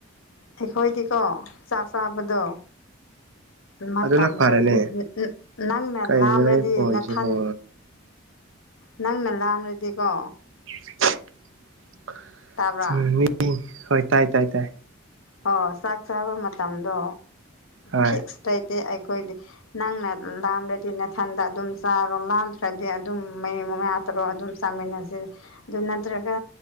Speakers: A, on the left; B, on the right.
A: ꯑꯩꯈꯣꯏꯗꯤꯀꯣ ꯆꯥꯛ ꯆꯥꯕꯗꯣ ꯃꯇꯝ
B: ꯑꯗꯨꯅ ꯐꯔꯅꯤ
A: ꯂꯩꯗꯤ ꯅ ꯅꯪꯅ
B: ꯀꯩꯅꯣ
A: ꯂꯥꯝꯔꯗꯤ
B: ꯅꯪ ꯐꯣꯟꯁꯤꯕꯨ
A: ꯅꯊꯟ ꯅꯪꯅ ꯂꯥꯝꯔꯗꯤꯀꯣ
B: <unintelligible>
A: ꯇꯥꯕ꯭ꯔꯥ
B: ꯃꯤ ꯍꯣꯏ ꯇꯥꯏ ꯇꯥꯏ ꯇꯥꯏ꯫
A: ꯑꯣ ꯆꯥꯛ ꯆꯥꯕ ꯃꯇꯝꯗꯣ
B: ꯍꯣꯏ
A: ꯐꯤꯛꯁ ꯂꯩꯇꯦ ꯑꯩꯈꯣꯏꯗꯤ꯫ ꯅꯪꯅ ꯂꯥꯝꯔꯗꯤ ꯅꯊꯟꯗ ꯑꯗꯨꯝ ꯆꯥꯔꯣ ꯂꯥꯝꯗ꯭ꯔꯗꯤ ꯑꯗꯨꯝ ꯃꯔꯤ ꯃꯉꯥ ꯇꯔꯣ ꯑꯗꯨꯝ ꯆꯥꯃꯤꯟꯅꯁꯤ ꯑꯗꯨ ꯅꯠꯇ꯭ꯔꯒ